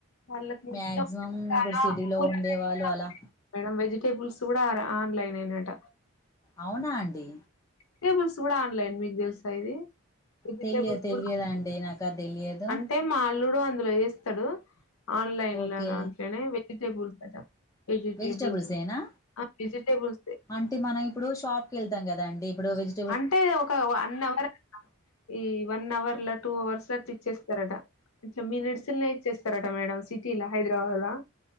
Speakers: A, on the left; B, on the left.
A: వాళ్ళకి మొత్తం
B: మాక్సిమం
A: చాలా
B: ఇప్పుడు సిటీ లో
A: కూరగాయలు
B: ఉండే వాళ్ళు అలా
A: మేడం వెజిటేబుల్స్ కూడా ఆర ఆన్లైనే అట
B: అవునా అండి
A: టేబుల్స్ కూడా ఆన్లైన్ మీకు తెల్సా ఇది వెజిటేబుల్స్
B: తెలియ తెలియదండి
A: కూడా ఆన్లైన్.
B: నాకు అది తెలియదు
A: అంటే మా అల్లుడు అందులో చేస్తాడు ఆన్లైన్
B: ఓకే
A: లో దాంట్లనే వెజిటబుల్స్ అట వెజిటేబుల్స్
B: వెజిటబుల్స్ ఏనా
A: ఆ వెజిటేబుల్సే
B: అంటే మనం ఇప్పుడు షాప్ కి వెళ్తాం కదండి ఇప్పుడు వెజి
A: అంటే ఒక వన్ అన్ అవర్ అట ఈ వన్ అవర్ లా టూ అవర్స్ లా తెచ్చిస్తారట ఇట్లా మినిట్స్ లోనే ఇచ్చేస్తారట మేడం సిటీ లా హైదరాబాద్ లా